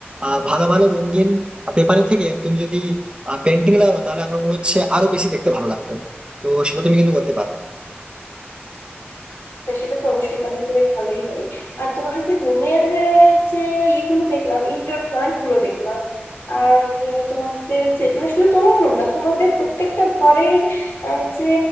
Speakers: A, on the right; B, on the left.
A: আহ, ভালো ভালো রঙিন পেপারের থেকে তুমি যদি পেন্টিং লাগানো তাহলে আমার মনে হচ্ছে আরো বেশি দেখতে ভালো লাগতো তো সেটা তুমি কিন্তু করতে পারো
B: তা সেটা তো অবশ্যই তাহলে তো বেশ ভালোই হয় আর তোমার এই যে রুমের যে ইগুলো দেখলাম ইনডোর প্লান্ট গুলো দেখলাম আর আহ, তোমাদের যে মানে শুধু তোমার রুম না তোমাদের প্রত্যেকটা ঘরের আহ, যে